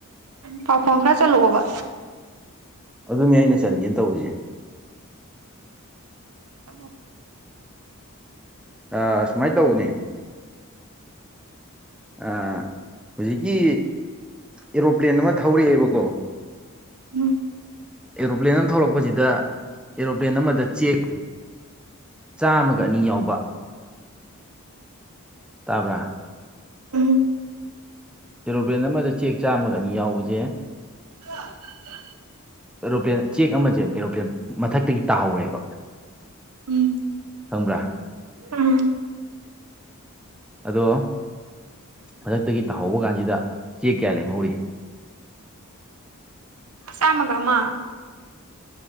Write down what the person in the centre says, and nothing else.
ꯑꯗꯨꯅꯦ ꯑꯩꯅ ꯆꯟꯒꯦ ꯇꯧꯔꯤꯁꯦ
ꯑ ꯁꯨꯃꯥꯏ ꯇꯧꯕꯅꯦ ꯑ ꯍꯧꯖꯤꯛꯀꯤ ꯑꯦꯔꯣꯄ꯭ꯂꯦꯟ ꯑꯃ ꯊꯧꯔꯛꯑꯦꯕꯀꯣ
ꯑꯦꯔꯣꯄ꯭ꯂꯦꯟ ꯑꯃ ꯊꯧꯔꯛꯄꯁꯤꯗ ꯑꯦꯔꯣꯄ꯭ꯂꯦꯟ ꯑꯃꯗ ꯆꯦꯛ ꯆꯥꯝꯃꯒ ꯑꯅꯤ ꯌꯥꯎꯕ ꯇꯥꯕ꯭ꯔꯥ
ꯑꯦꯔꯣꯄ꯭ꯂꯦꯟ ꯑꯃꯗ ꯆꯦꯛ ꯆꯥꯝꯃꯒ ꯑꯅꯤ ꯌꯥꯎꯕꯖ‌ꯦ
ꯑꯦꯔꯣꯄ꯭ꯂꯦꯟ ꯆꯦꯛ ꯑꯃꯁꯦ ꯑꯦꯔꯣꯄ꯭ꯂꯦꯟ ꯃꯊꯛꯇꯒꯤ ꯇꯥꯍꯧꯔ‌ꯦꯕ
ꯈꯪꯕ꯭ꯔ
ꯑꯗꯣ ꯃꯊꯛꯇꯒꯤ ꯇꯥꯍꯧꯕ ꯀꯥꯟꯁꯤꯗ ꯆꯦꯛ ꯀꯌꯥ ꯂꯦꯝꯍꯧꯔꯤ